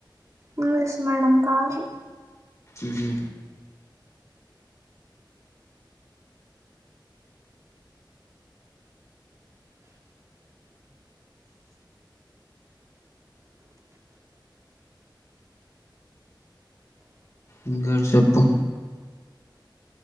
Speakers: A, on the right; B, on the left.
A: ఇంగ్లీష్ మేడం కాదు
B: ఉహు ఇంకా యేటి సెప్పు